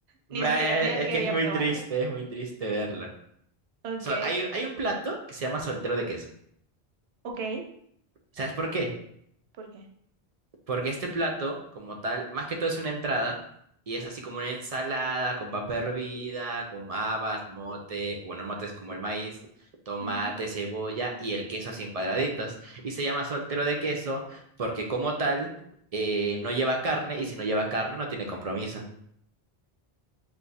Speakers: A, on the right; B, on the right.
A: Ve,
B: Ni siquiera me atreví
A: Es que es muy
B: a probarlo.
A: triste, es muy triste verla.
B: Ok,
A: So- hay, hay un plato que se llama soltero de queso.
B: ok.
A: ¿Sabes por qué?
B: ¿Por qué?
A: Porque este plato, como tal, más que todo es una entrada y es así como una ensalada con papa hervida, con habas, mote, bueno, el mote es como el maíz, tomate,
B: Ujú.
A: cebolla y el queso así en cuadraditos. Y se llama soltero de queso porque como tal eh, no lleva carne y si no lleva carne no tiene compromiso.